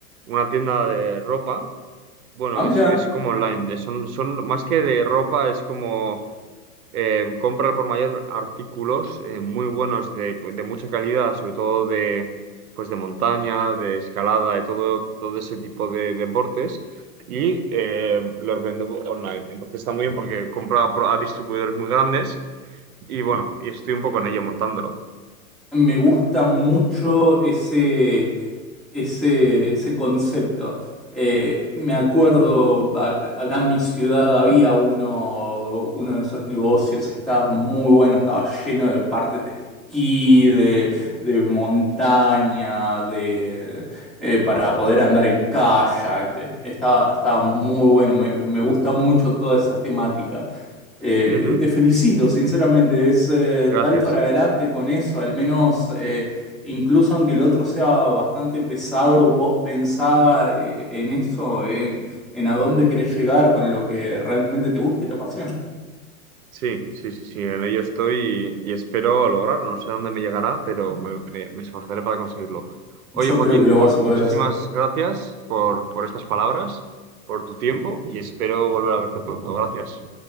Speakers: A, on the right (about 85°); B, in the centre.
A: una tienda de ropa. Bueno,
B: Ah, mira,
A: es, es como online, son, son más que de ropa, es como eh, compra al por mayor artículos eh, muy buenos de, de mucha calidad, sobre todo de, pues de montaña, de escalada, de todo, todo ese tipo de deportes y eh, los vendo online. Entonces está muy bien porque compra pro- a distribuidores muy grandes y bueno, y estoy un poco en ello montándolo.
B: me gusta mucho ese ese, ese concepto. Eh, me acuerdo, a- acá en mi ciudad había uno, uno de esos negocios, estaba muy bueno, estaba lleno de partes de esquí, de, de montaña, de, eh, para poder andar en kayak. eh, Estaba, estaba muy bueno, me, me gusta mucho toda esa temática. Eh,
A: Ujú,
B: te felicito, sinceramente, es, eh,
A: gracias.
B: dale para adelante con eso, al menos... eh, Incluso aunque el otro sea bastante pesado, vos pensá eh, en eso, en, en a dónde querés llegar con lo que realmente te gusta y te apasiona.
A: Sí, sí, sí, sí, en ello estoy y, y espero lograrlo. No sé a dónde me llegará, pero me, me- me esforzaré para conseguirlo. Oye,
B: Yo
A: Joaquín,
B: creo que lo
A: pues
B: vas
A: muchísimas
B: a poder hacer.
A: gracias por, por estas palabras, por tu tiempo y espero volver a verte pronto. Gracias.